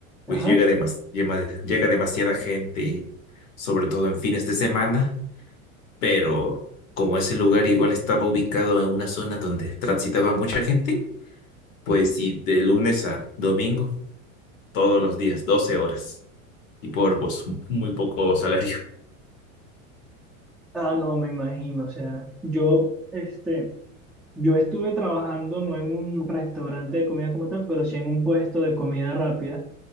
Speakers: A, in the centre; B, on the left (about 65°).
A: Ajá.
B: pues llega demas- llema- llega demasiada gente, sobre todo en fines de semana. pero como ese lugar igual estaba ubicado en una zona donde transitaba mucha gente, pues sí, de lunes a domingo, todos los días, 12 horas, y por pues un- muy poco salario.
A: Ah, no, me imagino, o sea, yo, este, yo estuve trabajando no en un restaurante de comida como tal, pero sí en un puesto de comida rápida,